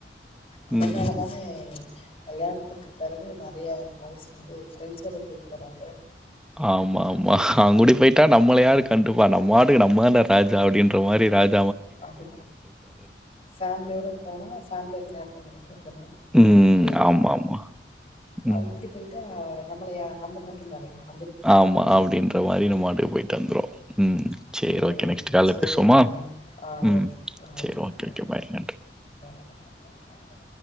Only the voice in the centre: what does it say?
ம்.
ஆமாம்மா அவங்ககூடே போய்ட்டா நம்மள யாரு கண்டுப்பா நம்மவாட்டுக்க நம்மதாண்டா ராஜா அப்டின்ற மாரி ராஜ்
ம்.
ஆமா ஆமா.
ம்.
ஆமா அப்டின்ற மாரி நம்மவாட்டுக்க போயிட்டு வந்துருவோ ம் சரி
ஓகே. நெக்ஸ்ட் கால்ல
பேசுவோமா?
ம்.
சரி பாய். நன்றி.